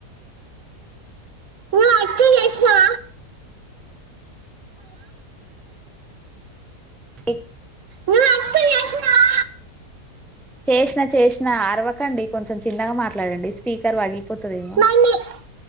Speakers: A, on the right; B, in the centre.
A: నువ్ అట్లు చేసినవా
B: ఎ
A: నువ్వు అట్లు చేసినావా
B: చేసినా చేసినా అరవకండి కొంచెం చిన్నగా మాట్లాడండి స్పీకర్ పగిలి పోతదేమో
A: మమ్మీ